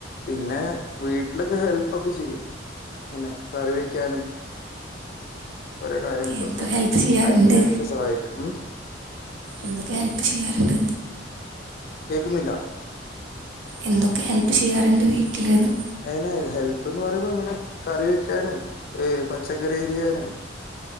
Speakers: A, on the left; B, on the right.
A: പിന്നെ വീട്ടിലൊക്കെ ഹെൽപൊക്കെ ചെയ്യും പിന്നെ കറി വെക്കാനും ഓരോ കാര്യങ്ങൾക്കൊ
B: എന്തൊക്കെ
A: ഒക്കെ തന്നെ
B: ഹെൽപ്പ് ചെയ്യാറുണ്ട്
A: അരിയാനൊക്കെ സഹായിക്കും ഉം
B: എന്തൊക്കെ ഹെല്പ്പ് ചെയ്യാറ്ണ്ട്
A: കേൾക്കുന്നില്ല
B: എന്തൊക്കെ ഹെൽപ്പ് ചെയ്യാറുണ്ട് വീട്ടിൽന്ന്
A: അങ്ങനെ ഹെല്പ്ന്ന് പറയുമ്പോ ഇങ്ങനെ കറി വെക്കാനും ഏ പച്ചക്കറി അരിയാനും